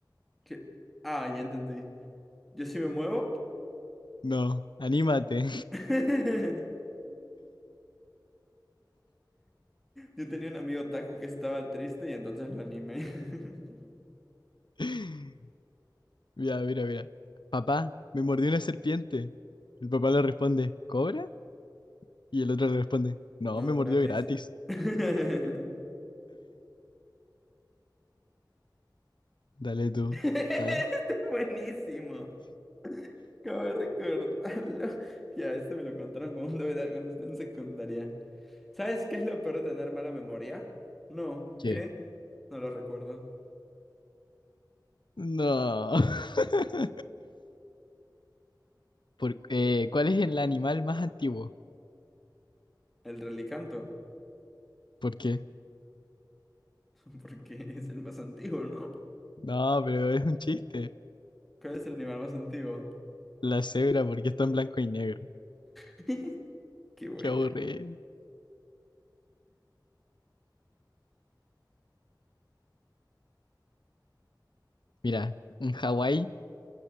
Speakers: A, in the centre; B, on the left.
A: Que- Ah, ya entendí. Yo sí me muevo.
B: No, anímate.
A: <laughs> Yo tenía un amigo otaku que estaba triste y entonces lo animé. <laughs>
B: <laughs> Mira, mira, mira. Papá, me mordió una serpiente. El papá le responde, ¿cobra? Y el otro le responde, no,
A: No,
B: me mordió
A: gratis.
B: gratis.
A: <laughs>
B: Dale tú.
A: Este
B: A ver.
A: es buenísimo. Acabo de recordarlo. Ya, este me lo contaron cuando <laughs> era, cuando estaba en secundaria. ¿Sabes qué es lo peor de tener mala memoria? No,
B: ¿Qué?
A: ¿qué? No lo recuerdo.
B: No. <laughs> Por- eh, ¿cuál es el animal más antiguo?
A: El relicanto.
B: ¿Por qué?
A: <laughs> Porque es el más antiguo, ¿no?
B: No, pero es un chiste.
A: ¿Cuál es el animal más antiguo?
B: La cebra, porque está en blanco y negro.
A: <laughs> Qué buena.
B: Qué aburrido. Mira, en Hawái,